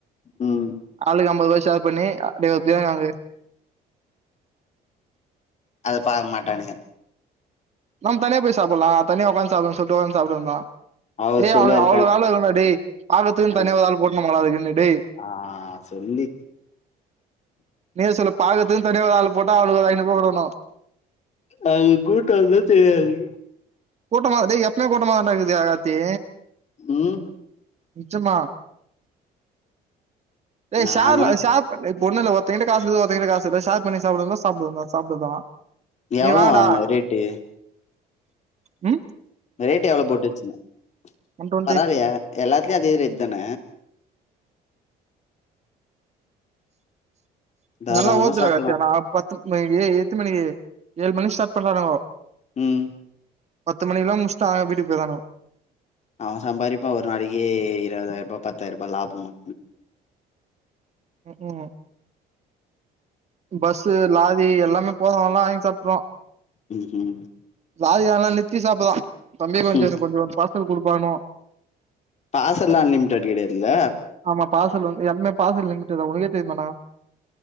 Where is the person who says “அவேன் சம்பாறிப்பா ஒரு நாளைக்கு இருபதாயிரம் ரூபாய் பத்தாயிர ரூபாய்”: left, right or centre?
Left